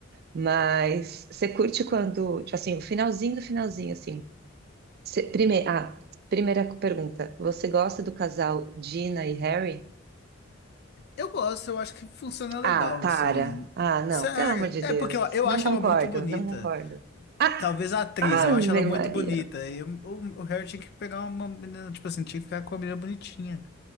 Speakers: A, on the right; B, on the left.
A: Mas você curte quando, tipo assim, o finalzinho do finalzinho, assim. primeiro, ah, primeira pergunta. Você gosta do casal Gina e Harry?
B: Eu gosto, eu acho que funciona legal,
A: Ah, para.
B: assim.
A: Ah, não,
B: Sério.
A: pelo amor de
B: É
A: Deus.
B: porque eu, eu
A: Não
B: acho
A: concordo,
B: ela muito bonita.
A: não concordo. Ah,
B: Talvez a atriz,
A: Ave
B: eu acho ela muito
A: Maria.
B: bonita. E eu- o, o Harry tinha que pegar uma menina, tipo assim, tinha que ficar com uma menina bonitinha.